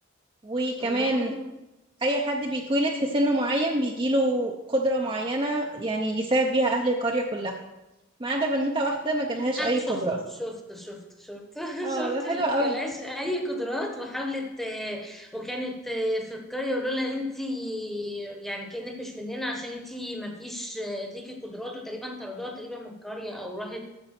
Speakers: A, on the right; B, in the centre.
A: وكمان
B: الله
A: اي حد بيتولد في سن معين بيجيله قدرة معينة يعني يساعد بيها اهل القرية كلها ما عدا بنوتة واحدة ما جالهاش
B: انا
A: اي
B: شفته
A: قدرة
B: شفته شفته شفته <laughs>
A: اه
B: شفت
A: ده
B: اللي
A: حلو قوي
B: جالهاش اي قدرات وحاولت آه، وكانت آه، في القريه يقولوا لها انتي يعني كانك مش مننا عشان انتي ما فيش آه، ليكي قدرات وتقريبا طردوها تقريبا من القريه او راحت